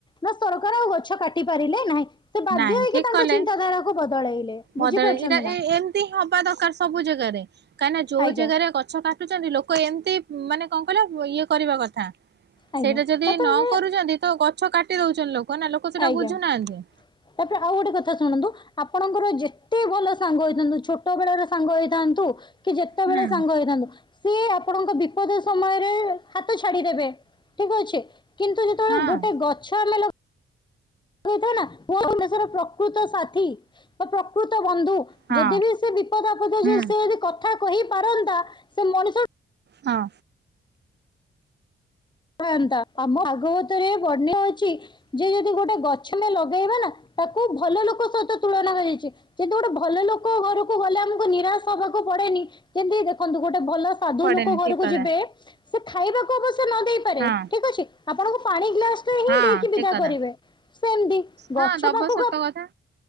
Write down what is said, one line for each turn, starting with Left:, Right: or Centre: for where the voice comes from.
Left: ନା ସରକାର ଆଉ ଗଛ କାଟି ପାରିଲେ ନାହିଁ। ସେ ବାଧ୍ୟ
Right: ନାଇଁ
Left: ହେଇକି
Right: ଠିକ୍
Left: ତାଙ୍କ
Right: କଲେ,
Left: ଚିନ୍ତାଧାରାକୁ ବଦଳେଇଲେ
Right: ବଦଲେଇ
Left: ବୁଝିପାରୁଛନ୍ତି
Right: ଏଇଟା
Left: ନା
Right: ଏ ଏମିତି ହିଁ ହବା ଦରକାର ସବୁ ଜାଗାରେ। କାହିଁକି ନା ଯୋଉ
Left: ଆଜ୍ଞା
Right: ଜାଗାରେ ଗଛ କାଟୁଛନ୍ତି, ଲୋକ ଏମିତି ଉଁ ମାନେ କଣ କହିଲ ଇଏ କରିବା କଥା।
Left: ଆଜ୍ଞା
Right: ସେଇଟା ଯଦି
Left: ତାପରେ
Right: ନ କରୁଛନ୍ତି, ତ ଗଛ କାଟି ଦଉଛନ୍ତି ଲୋକ ନା ଲୋକ ସେଇଟା
Left: ଆଜ୍ଞା
Right: ବୁଝୁନାହାନ୍ତି।
Left: ତାପରେ ଆଉ ଗୋଟେ କଥା ଶୁଣନ୍ତୁ। ଆପଣଙ୍କର ଯେତେ ଭଲ ସାଙ୍ଗ ହେଇଥାନ୍ତୁ, ଛୋଟ ବେଳ ର ସାଙ୍ଗ ହେଇଥାନ୍ତୁ। କି ଯେତେବେଳେ
Right: ହୁଁ
Left: ସାଙ୍ଗ ହେଇଥାନ୍ତୁ। ସିଏ ଆପଣଙ୍କ ବିପଦ ସମୟରେ ହାତ ଛାଡିଦେବେ ଠିକ୍ ଅଛି। କିନ୍ତୁ, ଯେତେବେଳେ
Right: ହଁ
Left: ଗୋଟେ ଗଛ ଆମେଲ କହୁଥ ନା <unintelligible> ପ୍ରକୃତ ସାଥୀ ବା ପ୍ରକୃତ ବନ୍ଧୁ।
Right: ହଁ
Left: ଯଦି ବି ସେ ବିପଦ ଆପଦ
Right: ହୁଁ
Left: ଯେ ସେ ବି କଥା କହି ପାରନ୍ତା, ସେ ମଣିଷ
Right: ହଁ।
Left: ଥାନ୍ତା ଆମ ଭାଗବତ ରେ ବନ୍ୟ ଅଛି, ଯେ ଯଦି ଗୋଟେ ଗଛ ଛ ଲଗାଇବା ନା ତାକୁ ଭଲ ଲୋକ ସହିତ ତୁଳନା ହୋଇଚି। କିନ୍ତୁ, ଗୋଟେ ଭଲ ଲୋକ ଘରକୁ ଗଲେ ଆମକୁ ନିରାଶ ହବାକୁ ପଡେନି, ସେମିତି ଦେଖନ୍ତୁ ଗୋଟେ ଭଲ ସାଧୁ
Right: ପଡେନି
Left: ଲୋକ ଘରକୁ
Right: ଠିକ କଥା
Left: ଯିବେ, ସେ ଖାଇବାକୁ ଅବଶ୍ୟ ନ ଦେଇପାରେ
Right: ହଁ
Left: ଠିକ୍ ଅଛି ଆପଣଙ୍କୁ ପାଣି ଗ୍ଲାସ ସେ ହିଁ
Right: ହଁ
Left: ଦେଇକି
Right: ଠିକ
Left: ବିଦା
Right: କଥା
Left: କରିବେ, ସେମିତି ଗଛ
Right: ହଁ ଦବ
Left: ପାଖକୁ
Right: ସତ କଥା